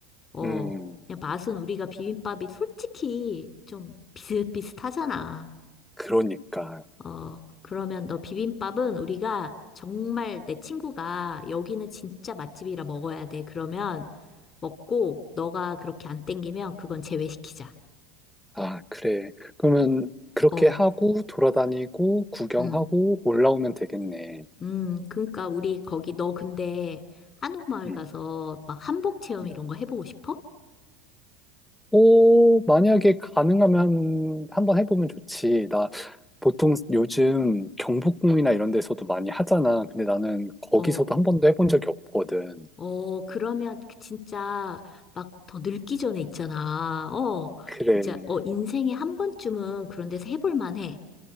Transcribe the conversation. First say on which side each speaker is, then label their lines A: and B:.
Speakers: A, on the left; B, in the centre.
A: 어,
B: 음,
A: 그냥 맛은 우리가 비빔밥이 솔직히 좀 비슷비슷하잖아.
B: 그러니까.
A: 어, 그러면 너 비빔밥은 우리가 정말 내 친구가 여기는 진짜 맛집이라 먹어야 돼. 그러면 먹고 너가 그렇게 안 땡기면 그건 제외시키자.
B: 아, 그래. 그러면 그렇게
A: 어,
B: 하고 돌아다니고 구경하고
A: 음,
B: 올라오면 되겠네.
A: 음, 그러니까 우리 거기 너 근데 한옥마을
B: 음,
A: 가서 막 한복 체험
B: 음.
A: 이런 거 해보고 싶어?
B: 오, 만약에 가능하면 한번 해보면 좋지. 나 보통 요즘 경복궁이나 이런 데서도 많이 하잖아. 근데 나는 거기서도
A: 어,
B: 한 번도 해본 적이 없거든.
A: 어, 그러면 그 진짜 막 더 늙기 전에 있잖아. 어,
B: 그래,
A: 진짜, 어, 인생에 한 번쯤은 그런 데서 해볼 만해.